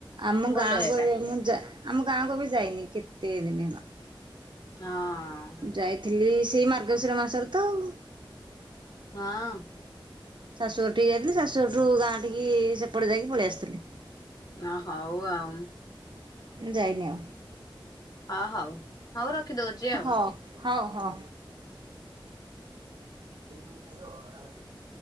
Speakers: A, on the right; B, on the left.
A: ଆମ
B: ଭଲ
A: ଗାଁ
B: ଏଇଟା
A: ଯା ମୁଁ ଆମ ଗାଁ କ ଏବେ ଯାଇନି କେତେ ଦିନ ହେଲା।
B: ହଁ।
A: ଯାଇଥିଲି ସେଇ ମାର୍ଗଶିର ମାସରେ ତ ଆଉ।
B: ହଁ।
A: ଶାଶୁଘର ଟିକେ ଯାଇଥିଲି ଶାଶୁ ଘର ଠୁ ଗାଁ ଟିକି ସେପଟେ ଯାଇକି ପଳେଇ ଆସଥିଲି।
B: ହଁ ହୋଉ ଆଉ।
A: ଯାଇନି ଆଉ।
B: ଓ ହଉ ହଉ ରଖିଦୋଉଚି ଆଉ।
A: ହଉ ହଉ ହଉ। ଆଉ